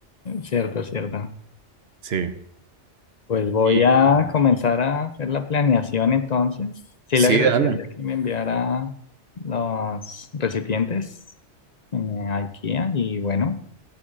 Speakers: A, on the left (about 45°); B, on the right (about 60°).
A: Cierto, cierto.
B: Sí.
A: Pues voy
B: Y
A: a comenzar a hacer la planeación entonces. Sí,
B: sí,
A: le agradecería
B: dale.
A: que me enviara los recipientes en eh, IKEA y bueno,